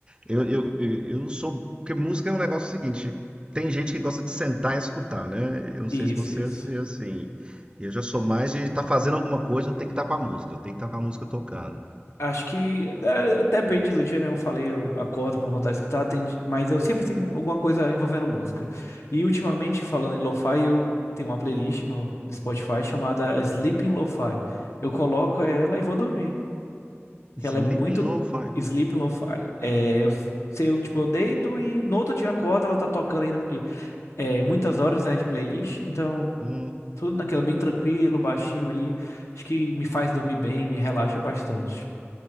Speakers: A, on the right; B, on the left.
A: eu, eu, eu, eu sou. Porque música é um negócio seguinte: tem gente que gosta de sentar e escutar, né? Eu não sei
B: Isso,
A: se você
B: isso.
A: é assim. assim. Eu já sou mais de estar fazendo alguma coisa, eu tenho que estar com a música, eu tenho que estar com a música tocando.
B: Acho que é, até depende do dia, né? Eu falei, eu acordo com vontade de escutar, tem di- mas eu sempre tenho alguma coisa envolvendo música. E ultimamente, falando em lo-fi, eu tenho uma playlist no, no Spotify chamada Sleeping Lo-Fi. Eu coloco ela e vou dormir. Que
A: Sleeping
B: ela é muito
A: Lo-Fi.
B: Sleeping Lo-Fi. É, eu, se eu, tipo, eu deito e no outro dia eu acordo, ela tá tocando ainda, porque é muitas horas, né, de playlist, então
A: hum.
B: tudo naquela bem tranquilo, baixinho ali. Acho que me faz dormir bem, me relaxa bastante.